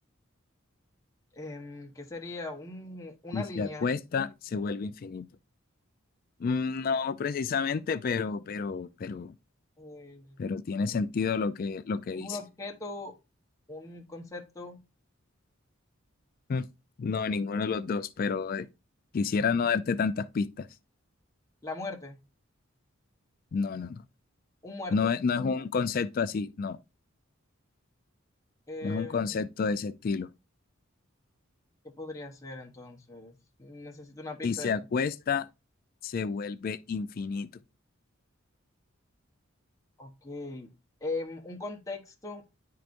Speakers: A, on the left; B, on the left.
A: Em, ¿qué sería? Un- una
B: Si
A: línea.
B: se acuesta, se vuelve infinito. Mm, No precisamente, pero, pero, pero,
A: eh,
B: pero tiene sentido lo que, lo que
A: es
B: dice.
A: un objeto, un concepto,
B: Mm, No, ninguno de los dos, pero eh, quisiera no darte tantas pistas.
A: la muerte,
B: No, no, no.
A: un muerto.
B: No es, no es un concepto así, no,
A: Em,
B: no es un concepto de ese estilo.
A: ¿Qué podría ser entonces? Necesito una pista
B: Si se
A: de...
B: acuesta, se vuelve infinito.
A: Ok. em, un contexto